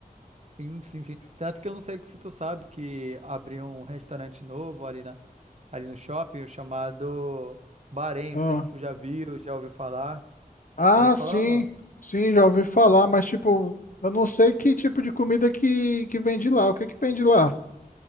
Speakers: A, on the right; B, on the left.
A: Sim, sim, sim. Tanto que eu não sei se tu sabe que abriu um restaurante novo ali, na, ali no shopping chamado Bahrein.
B: Ah,
A: Não sei se tu já viu, já ouviu falar.
B: ah,
A: Já ouviu falar
B: sim,
A: ou não?
B: sim, já ouvi falar, mas tipo, eu não sei que tipo de comida que, que vende lá. O que que vende lá?